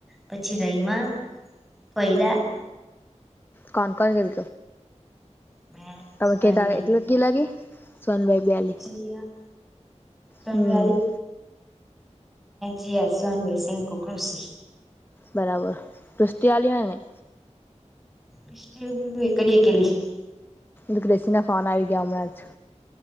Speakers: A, in the centre; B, on the left.
A: પછી રયમાં. પોયરા
B: કોન કોણ ગલ
A: મે
B: તમે
A: સોનગીરી
B: કે ત એટલા જ ગી લાગી. સોનભાઈ બેલી
A: જીયા સોનવે
B: હમ્મ
A: જીશનવીર સિંહ ક કૃષિ.
B: બરાબર કૃષ્ટિવાલી હોય ને.
A: બિસ્ટ બી બ કરીડિયાકેલી.
B: એ ક્રેસી ના ફોન આવી ગયા હમણાંજ